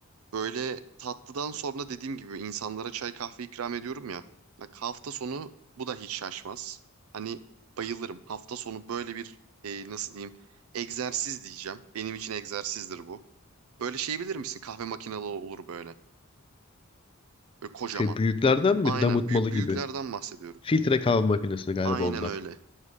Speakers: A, on the right; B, on the left.
A: Böyle tatlıdan sonra dediğim gibi insanlara çay kahve ikram ediyorum ya. Bak hafta sonu bu da hiç şaşmaz. Hani bayılırım. Hafta sonu böyle bir e, nasıl diyeyim egzersiz diyeceğim. Benim için egzersizdir bu. Böyle şey bilir misin? Kahve makinalı olur böyle. Böyle kocaman.
B: Şey büyüklerden mi
A: Aynen
B: damıtmalı
A: büyük büyüklerden
B: gibi?
A: bahsediyorum.
B: Filtre kahve makinesi galiba
A: Aynen
B: onlar.
A: öyle.